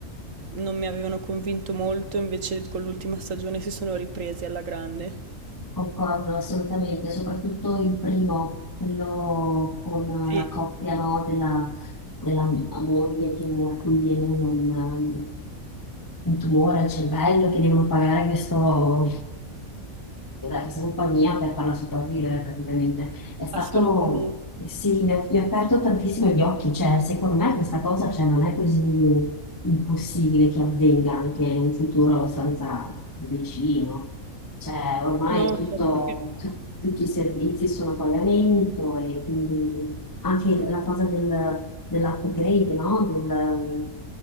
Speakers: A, on the right (about 65°); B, on the left (about 15°).
A: non mi avevano convinto molto, invece con l'ultima stagione si sono ripresi alla grande.
B: Concordo assolutamente, soprattutto il primo, quello con
A: Sì,
B: la coppia, no, della, della moglie che a cui viene un, un tumore al cervello, che devono pagare questo, della questa compagnia per farla sopravvivere praticamente. È stato,
A: assolutamente.
B: eh, sì, mi ha, mi ha aperto tantissimo gli occhi, cioè secondo me questa cosa cioè, non è così impossibile che avvenga anche in un futuro abbastanza vicino. Cioè ormai
A: No,
B: tutto,
A: certo che
B: tu-
A: no.
B: tutti i servizi sono a pagamento e quindi anche la cosa del- dell'upgrade, no? Del,